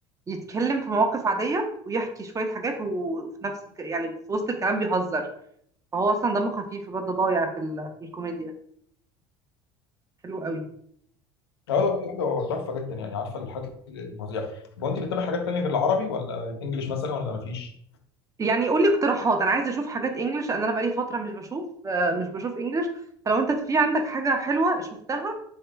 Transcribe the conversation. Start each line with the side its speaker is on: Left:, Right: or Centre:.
Right: يتكلم في مواقف عادية ويحكي شوية حاجات وفي نفس الك... يعني في وسط الكلام بيهزر فهو أصلا دمه خفيف بجد ضايع في, ال... في الكوميديا حلو قوي
Left: اه لا بجد هو تحفه جدا يعني عارفه الحاجات الفظيعه طب هو انت بتتابع حاجات تانية غير العربي ولا الانجليش مثلا ولا ما فيش
Right: يعني قول لي اقتراحات أنا عايزة أشوف حاجات إنجلش لأن أنا بقالي فترة مش بشوف آه، مش بشوف إنجلش فلو أنت في عندك حاجة حلوة شفتها